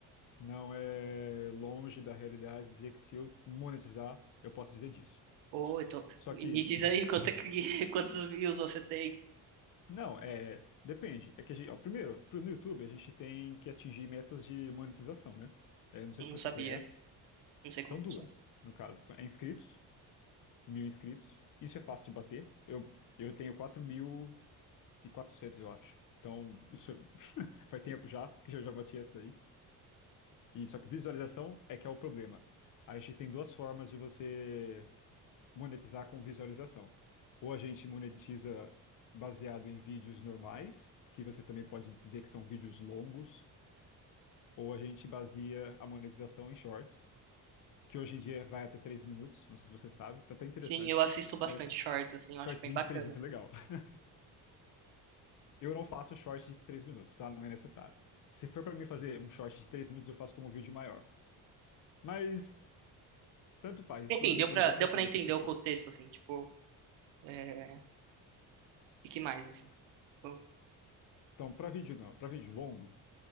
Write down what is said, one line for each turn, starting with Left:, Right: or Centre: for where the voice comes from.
Left: Não é longe da realidade dizer que se eu monetizar, eu posso viver disso.
Right: Ô, então,
Left: Só
Right: me
Left: que,
Right: me diz aí quanto é que, <laughs> quantos views você tem.
Left: não, é. Depende. É que a gente, ó, primeiro, pro- no YouTube, a gente tem que atingir metas de monetização, né? É, não sei
Right: Não
Left: se você
Right: sabia.
Left: conhece.
Right: Não sei como
Left: São
Right: funciona.
Left: duas, no caso. São- É inscritos, mil inscritos. Isso é fácil de bater. Eu, eu tenho quatro mil e quatrocentos, eu acho. Então, isso é, faz tempo já que eu já bati essa daí. E, só que visualização é que é o problema. A gente tem duas formas de você. monetizar com visualização. Ou a gente monetiza baseado em vídeos normais, que você também pode dizer que são vídeos longos, ou a gente baseia a monetização em shorts, que hoje em dia vai até 3 minutos, não sei se você sabe, tá até interessante.
Right: Sim, eu assisto bastante
Left: Short,
Right: shorts, assim, eu
Left: shortzinho
Right: acho bem bacana.
Left: de 3 minutos é legal. <laughs> Eu não faço short de três minutos, tá? Não é necessário. Se for para mim fazer um short de 3 minutos, eu faço como um vídeo maior. Mas tanto faz,
Right: Enfim,
Left: isso depende
Right: deu pra,
Left: da preferência
Right: deu pra entender
Left: da pessoa.
Right: o contexto, assim, tipo, é, e que mais, assim. Tipo,
Left: Então, para vídeo não, para vídeo longo,